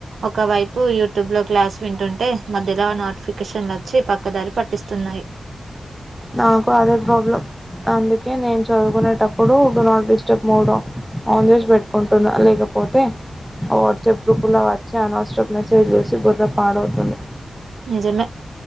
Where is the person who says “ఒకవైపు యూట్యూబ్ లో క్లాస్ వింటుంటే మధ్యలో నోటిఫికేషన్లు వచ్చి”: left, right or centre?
Right